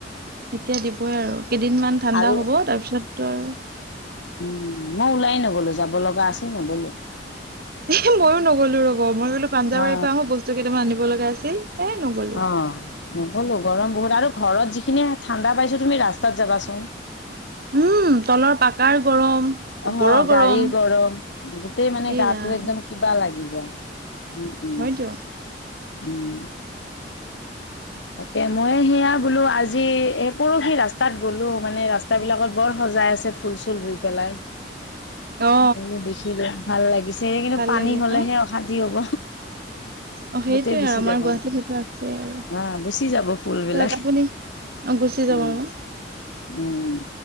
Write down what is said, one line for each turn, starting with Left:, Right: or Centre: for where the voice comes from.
Right: এতিয়া দিবই আৰু কেইদিনমান ঠাণ্ডা
Left: আৰু
Right: হ'ব তাৰ পিছতটো আৰু
Left: উম মই ওলায়ে নগলো যাব লগা আছিল নগলোৱে
Right: এ মইয়ো নগ'লো ৰব মই ক'লো পাঞ্জাবাৰীৰ
Left: অ
Right: পৰা আহো বস্তু কেইটামান আনিব লগা আছিল এ নগলো
Left: অ নগলো গৰম বহুত আৰু ঘৰত যিখিনি ঠাণ্ডা পাইছো তুমি ৰাস্তাত যাবাচোন
Right: উম তলৰ পাকাৰ গৰম ওপৰৰ
Left: অ
Right: গৰম
Left: গাড়ীৰ গৰম গোটেই মানে
Right: এই
Left: গাটো
Right: ৰাম
Left: একদম কিবা লাগি যায় উম উম
Right: হয় দিয়ক
Left: উম তাকে মই সেয়া বোলো আজি এ পৰহি ৰাস্তাত গ'লো মানে ৰাস স্তাবিলাকত বৰ সজাই আছে ফুল চুল ৰুই পেলাই
Right: <inaudible> অ
Left: বলো দেখিলো ভাল লাগিছে এতিয়া কিন্তু
Right: ভাল
Left: পানী
Right: লাগে
Left: হলেহে
Right: ন
Left: অশান্তি হ'ব
Right: অ সেইটোয়ে
Left: গোটেই গুচি
Right: আৰু আমাৰ
Left: যাব।
Right: গুৱাহাটীত সেইটো আছে আৰু
Left: আহ গুচি যাব ফুল বিলাক,
Right: তেওঁক আপুনি অ গুচি যাব
Left: উম
Right: আৰু
Left: উম